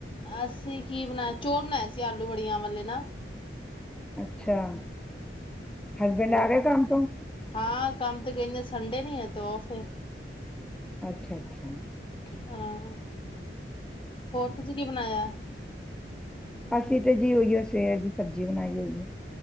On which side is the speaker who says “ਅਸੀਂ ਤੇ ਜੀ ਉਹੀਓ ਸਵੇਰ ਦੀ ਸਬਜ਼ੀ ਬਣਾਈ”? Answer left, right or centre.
Centre